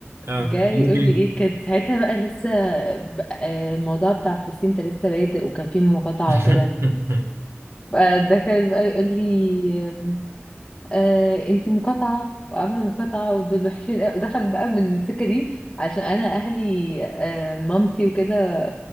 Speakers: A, on the right (about 75°); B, on the left (about 25°).
A: اه
B: جاي
A: قولك
B: يقول
A: ايه
B: لي ايه كانت ساعتها بقى لسه ب- آه، الموضوع بتاع فلسطين ده لسه بادئ وكان فيه مقاطعة
A: <laughs>
B: وكده بقى دخل بقى يقول لي آم، آه انت مقاطعة وعاملة مقاطعة ودول وحشين قوي ودخل بقى من السكة دي عشان انا اهلي آه، مامتي وكده